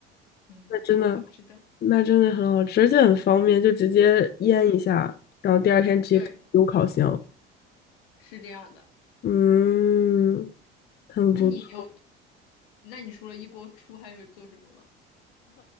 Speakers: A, on the left; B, on the left.
A: 嗯，
B: 那真的，
A: 好吃的，
B: 那真的很好吃，而且很方便，就直接腌一下，然后第二天直接丢烤箱。
A: 对。是这样的。
B: 嗯，很不错。
A: 那你有，那你除了一锅出，还有做什么吗？